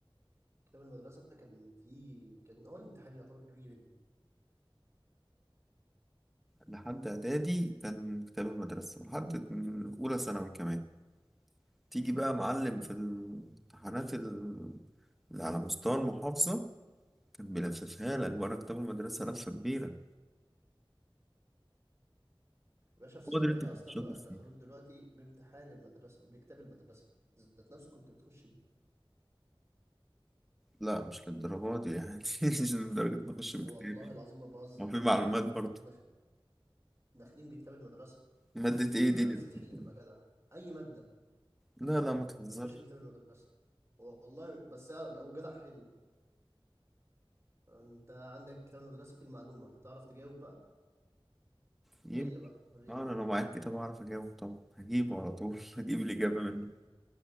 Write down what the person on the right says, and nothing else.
كتاب المدرسه كان فيه كان هو الامتحان يعتبر بيجي
باشا في الثانوية
أصلا
بقى يدخلوك
دلوقتي بامتحان المدرسة بكتاب المدرسة ذات نفسه كنت بتخش بيه
والله
العظيم ما بهزر
داخ- داخلين بكتاب المدرسة
ولو
عرفت
تحل
تبقى جدع أي مادة
أنت بتخش بكتاب المدرسة والله بس لو جدع حل أنت عندك كتاب المدرسة فيه المعلومة هتعرف تجاوب بقى
حل بقى وريني